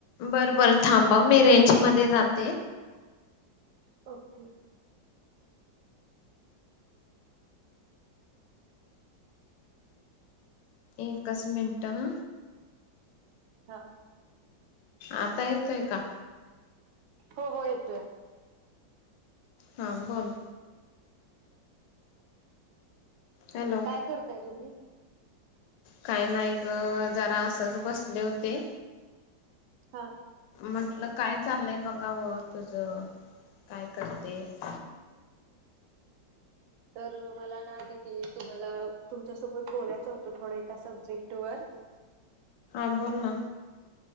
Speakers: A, on the left; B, on the right.
A: बरं बर थांब ह मी रेंज मध्ये जाते.
B: ओके
A: एकच मिनटं
B: हा
A: आता येतोय का?
B: हो हो येतोय.
A: हां बोल. हॅलो
B: काय करताय तुम्ही
A: काय नाय ग जरा असंच बसले होते.
B: हा
A: म्हंटलं काय चाललंय बघाव तुझ काय करतेस.
B: तर मला ना दिती तुम्हाला तुमच्यासोबत बोलायचं होतं थोडं एका सब्जेक्ट वर
A: हां बोल ना